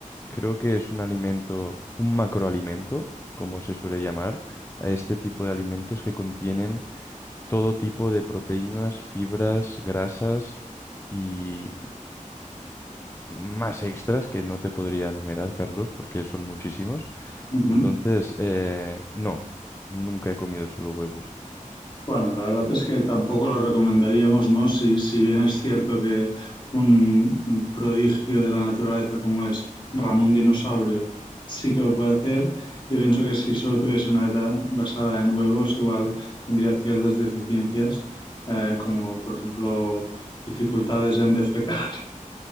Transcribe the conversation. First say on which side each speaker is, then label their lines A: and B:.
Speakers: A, on the left (about 20°); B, on the left (about 35°).
A: Creo que es un alimento, un macroalimento, como se suele llamar, a este tipo de alimentos que contienen todo tipo de proteínas, fibras, grasas y, más extras que no te podría enumerar, Carlos, porque son muchísimos.
B: Ujú.
A: Entonces, eh, no, nunca he comido solo huevos.
B: Bueno, la verdad es que tampoco lo recomendaríamos, ¿no? Si, si bien es cierto que un un prodigio de la naturaleza como es Ramón Dinosaurio sí que lo puede hacer, yo pienso que si solo tuviese una dieta basada en huevos, igual tendría ciertas deficiencias, eh, como por ejemplo dificultades en defecar. <laughs>